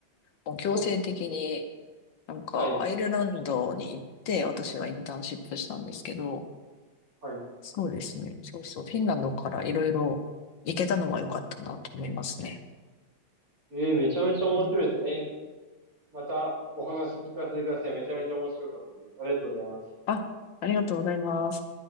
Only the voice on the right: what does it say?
そうなんですね。
はい。
はい。
えー、めちゃめちゃ面白いです。
えー、またお話聞かせてください。めちゃめちゃ面白かったです。ありがとうございます。